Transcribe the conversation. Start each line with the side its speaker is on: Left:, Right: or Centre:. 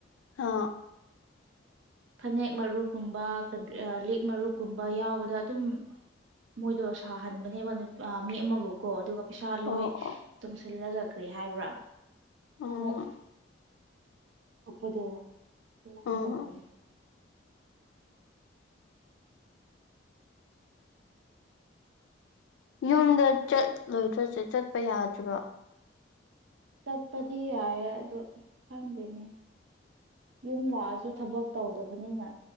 Left: ꯍꯥ
Right: ꯐꯅꯦꯛ ꯃꯔꯨꯞꯒꯨꯝꯕ ꯀ ꯂꯤꯛ ꯃꯔꯨꯞꯒꯨꯝꯕ ꯌꯥꯎꯕꯗ ꯗꯨꯝ ꯃꯣꯏꯗꯣ ꯁꯥꯍꯟꯕꯅꯦꯕ ꯅꯨ ꯃꯤ ꯑꯃꯕꯨꯀꯣ ꯑꯗꯨꯒ ꯄꯩꯁꯥ ꯂꯣꯏ
Left: ꯑꯣ ꯑꯣ
Right: ꯇꯨꯡꯁꯤꯜꯂꯒ ꯀ꯭ꯔꯤ ꯍꯥꯏꯕ꯭ꯔꯥ
Left: ꯎꯝ
Right: ꯑꯃꯨꯛ ꯊꯣꯛꯄꯗꯣ ꯀꯃꯥꯏꯟ
Left: ꯎꯝ
Right: ꯇꯧ <unintelligible>
Left: ꯌꯨꯝꯗ ꯆꯠꯂꯣꯏꯗ꯭ꯔꯣ ꯆꯦ ꯆꯠꯄ ꯌꯥꯗ꯭ꯔꯤꯕ
Right: ꯆꯠꯄꯗꯤ ꯌꯥꯏꯌꯦ ꯑꯗꯣ ꯑꯁ ꯈꯪꯗꯦꯅꯦ ꯌꯨꯝ ꯂꯥꯛꯑꯁꯨ ꯊꯕꯛ ꯇꯧꯗꯕꯅꯤꯅ